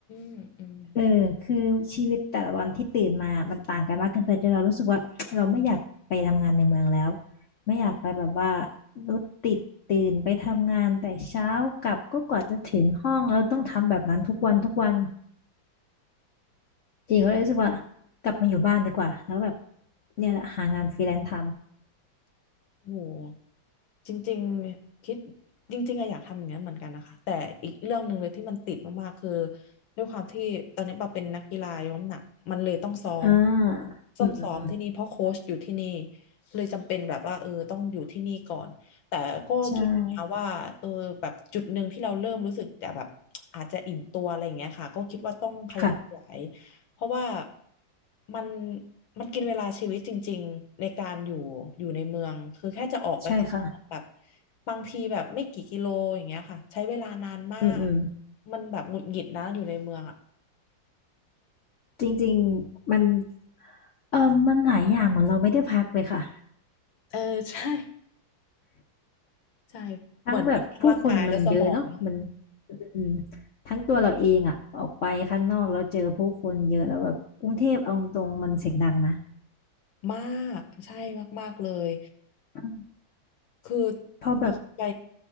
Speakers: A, on the left; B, on the left.
A: มอืม
B: เออคือชีวิตแต่ละวันที่ตื่นมามันต่างกันมากเกินไปจนเรารู้สึกว่า <tsk> เราไม่อยากไปทำงานในเมืองแล้วไม่อยากไปแบบว่ารถติดตื่นไปทำงานแต่เช้ากลับก็กว่าจะถึงห้องแล้วต้องทำแบบนั้นทุกวันทุกวัน หีิงก็เลยรู้สึกว่า
A: ใช่
B: กลับมาอยู่บ้านดีกว่าแล้วก็แบบเนี่ยแหละหางานฟรีแลนซ์ท
A: โหจริงๆคิดจริงๆอะอยากทำอย่างนั้นเหมือนกันนะคะแต่อีกเรื่องหนึ่งเลยที่มันติดมากๆคือด้วยความที่ตอนนี้ปาเป็นนักกีฬายกน้ำหนักมันเลยต้องซ้อม
B: ำอ่า
A: ต้องซ้อมที่นี่เพราะโค้ชอยู่ที่นี่
B: อืมอืมอืม
A: เลยจำเป็นแบบว่าเออต้องอยู่ที่นี่ก่อนแต่ก็คิดนะว่าเออแบบจุดหนึ่งที่เราเริ่มรู้สึกจะแบบอาจจะอิ่มตัวอะไรอย่างเงี้ยค่ะก็คิดว่าต้องขยับขยาย
B: ใช่ค่ะ
A: เพราะว่ามันมันกินเวลาชีวิตจริงๆในการอยู่อยู่ในเมืองคือแค่จะออกไปข้างนอกแบบ
B: ใช่ค่ะ
A: บางทีแบบไม่กี่กิโลอย่างเงี้ยค่ะใช้เวลานานมาก
B: อืมอืม
A: มันแบบหงุดหงิดนะอยู่ในเมืองอ่ะ
B: จริงๆมันเออมันหลายอย่างเหมือนเราไม่ได้พักเลยค่ะ
A: เออ <laughs> ใช่ใช่เหมือนแบบทั้งร่างกายและสมอง
B: ทั้งแบบผู้คนมันเยอะเนาะมันอืมอืมทั้งตัวเราเองอะออกไปข้างนอกแล้วเจอผู้คนเยอะแล้วแบบกรุงเทพเอาตรงๆมันเสียงดังนะ
A: มากใช่มากๆเลย
B: อืม
A: คือ
B: พอแบบ
A: ไป